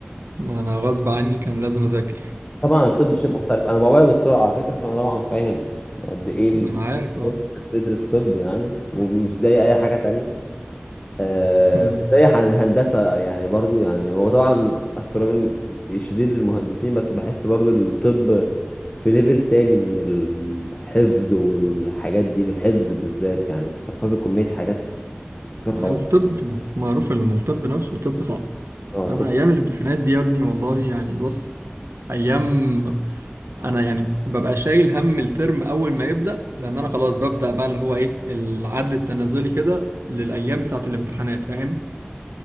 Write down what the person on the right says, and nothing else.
أنا غصب عني كان لازم أذاكر
أمم.
أنا عارف
أه
الطب صعب معروف ان الطب نفسه طب صعب
انا
ايام الامتحانات دي يا ابني والله يعني بص ايام انا يعني ببقى شايل هم الترم اول ما يبدا لان انا خلاص ببدا بقى اللي هو ايه العد التنازلي كده للايام بتاعه الامتحانات فاهم